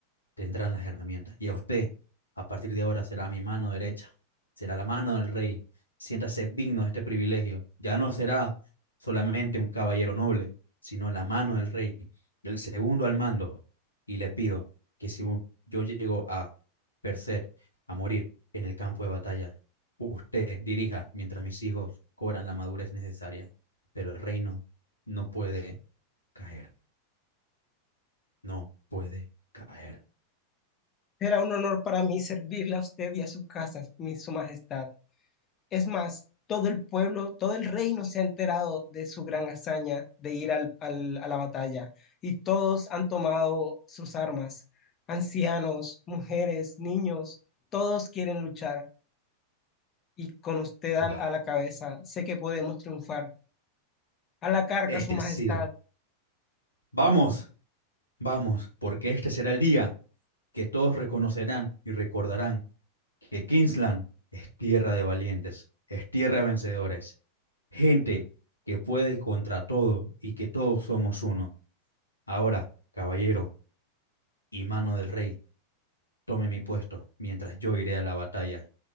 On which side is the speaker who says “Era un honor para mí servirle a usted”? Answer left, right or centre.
Left